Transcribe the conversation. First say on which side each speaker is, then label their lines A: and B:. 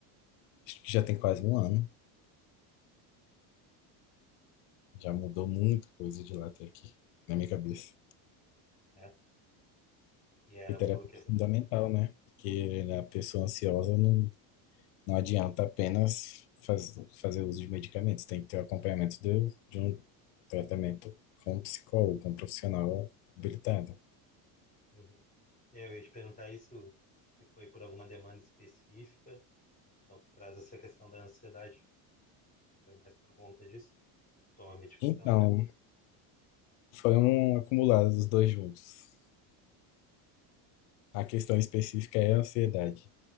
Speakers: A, on the left; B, on the left.
A: acho que já tem quase um ano. Já mudou muita coisa de lá até aqui, na minha cabeça.
B: É. E era
A: E terapia
B: por questão.
A: é fundamental, né? Porque a pessoa ansiosa não, não adianta apenas faz, fazer uso de medicamentos. Tem que ter o acompanhamento de, de um tratamento com um psicólogo, com um profissional habilitado.
B: Uhum. Eu ia te perguntar isso, se foi por alguma demanda específica, então tu traz essa questão da ansiedade, foi mais por conta disso? Tu toma medicação?
A: Então, Foram acumulados os dois juntos. A questão específica é a ansiedade.